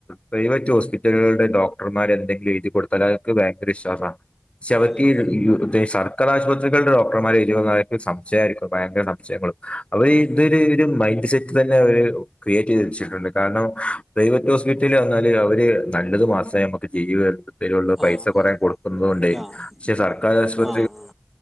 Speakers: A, on the left; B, in the centre.
A: പ്രൈവറ്റ് ഹോസ്പിറ്റലുകളുടെ ഡോക് ഡോക്ടർമാര് എന്തെങ്കിലും എഴുതി കൊടുത്താല് അവർക്ക് ഭയങ്കര വിശ്വാസാ പക്ഷെ
B: ആ
A: അവർക്ക്
B: അതെ അതെ
A: ഇതേ സാ മിക്ക ആശുപത്രികളുടെ <unintelligible> സംശയമായിരിക്കും ഭയങ്കര സംശയങ്ങള് അവര്
B: അതെ
A: ഇതൊരു ഒരു മൈൻഡ് സെ തന്നെ അവര് ക്രിയേറ്റെയ്തെച്ചിട്ടുണ്ട് കാരണം പ്രൈവറ്റ് ഹോസ്പിറ്റല് വന്നാല് അവര് നല്ലത് മാത്രേ നമ്മക്ക്‌ ജീവിതത്തിലുള്ള
B: ആ
A: പൈസ
B: ആ
A: കൊറേ
B: അതെ
A: കൊടുക്കുന്നത് കൊണ്ടെ
B: ആ
A: പക്ഷെ
B: ഈ
A: സർക്കാരാശുപ
B: ആ ആ